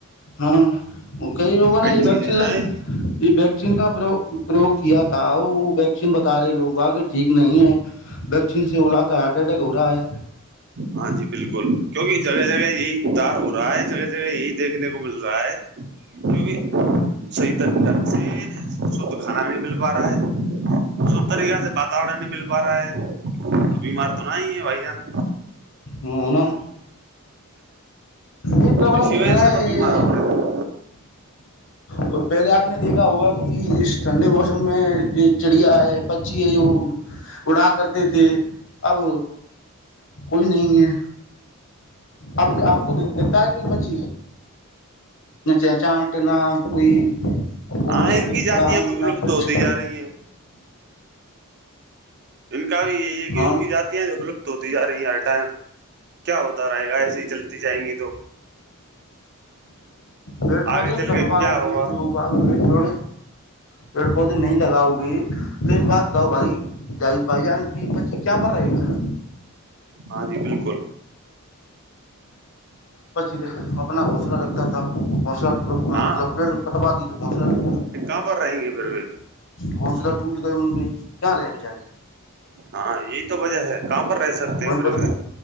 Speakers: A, on the left; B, on the right.
A: ہاں لوگوں نے
B: کئی
A: یہ
B: چیزیں
A: ویکسین ل
B: ہیں
A: یہ ویکسین کا پریوگ کیا تھا وہ ویکسین بتا رہے لوگ واق ٹھیک نہیں ہے ویکسین سے بلااتتا ہارٹ اٹیک ہو رہا ہے
B: ہاں جی بالکل کیونکہ جگہ جگہ یہی تار ہو رہا ہے جگہ جگہ یہی دیکھنے کو مل رہا ہے کیونکہ صحی ط ڈ سے شھ کھانا نہیں مل پا رہا ہے سب طریقہ سے واتورن نہیں مل پا رہا ہے تو بیمار تو نہ ہی ہے بھائیان
A: ہ ا یہ
B: اسی
A: پرابلم چل
B: وجہ
A: رہا
B: سے
A: ہے
B: تو بیمار ہو رہے ہیں
A: اور پہلے آپ نے دیکھا ہوگا کہ اس ٹھنڈے موسم میں یہ چڑیا ہے پچی اڑا کرتے تھے اب کوئی نہیں ہے آب نے آپ کو د دیتا ہے کوئی پچ نہ چ چاٹ نہ کوئی وہ
B: ہاں ان کی جاتیاں
A: اڑان
B: بھی ولپت
A: نہ کچھ
B: ہوتی جا رہی ہیں ان کا بھی یہی ہے کہ
A: ہاں
B: ان کی جتیاں جولپت ہوتی جا رہی ہیں ہر ٹائم کیا ہوتا رہے گا ایسے ہی چلتی جائیں گی تو
A: بیڑ بہود
B: آگے چل
A: کنبا
B: کے کیا
A: ہوگی
B: ہوگا
A: نگ ڑ پیڑ پودے نہیں لگاؤ گی تو ایک بات گاؤ بھائی ج بھائی جان کی بچے کیا پر رہے گا
B: ہاں جی بالکل
A: پ اپنا گھونسلہ رکھتا تھا گھونسلہ
B: ہاں
A: مطلب پیڑ کٹوا دی تو گھونسلہ تھا
B: اں پر رہیں گے پھر بھیھر
A: گن س ٹور کن کے کیا رہے ہیں بچارے
B: ہاں یہی تو وجہ ہے کہاں پر رہ سکتے
A: وہیں
B: ہیں پھر
A: پر
B: بھی